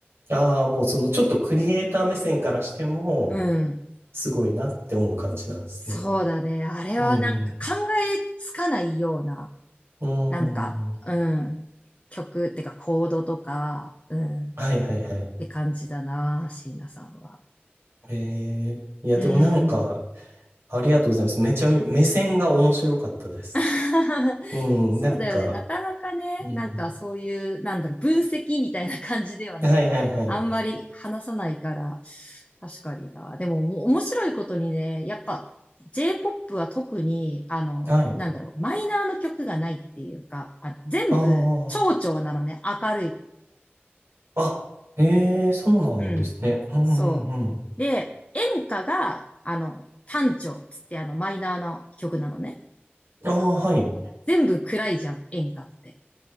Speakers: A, on the right; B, on the left.
A: ああ、もうそのちょっとクリエイター目線からしても、
B: うん。
A: すごいなって思う感じなんですね。
B: そうだね。あれはなんか考えつかないような、
A: うんうん。うん。
B: なんか、うん。曲ってかコードとか、うん。っ
A: はいはいはい。
B: て感じだな、椎名さんは。
A: えー、いやでもなんか、
B: うん。
A: ありがとうございます。めちゃめ、目線が面白かったです。
B: <laughs>
A: うん、
B: そうだよね。
A: なんか、
B: なかなかね、
A: うん。
B: なんかそういう、なんだろう、分析みたいな感じではね、
A: はいはいはい。
B: あんまり話さないから、確かにな。でも、も面白いことにね、やっぱ J-POP は特に、あの、
A: はい。
B: なんだろう、マイナーの曲がないっていうか、あの全部、
A: あ
B: 長調なのね、明るい。
A: あ。あ、ええー、そうなんですね。
B: うん。
A: うんうんうん。
B: そう。で、演歌が、あの、単調っつって、あの、マイナーの曲なのね。
A: ああ、はい。
B: 全部暗いじゃん、演歌って。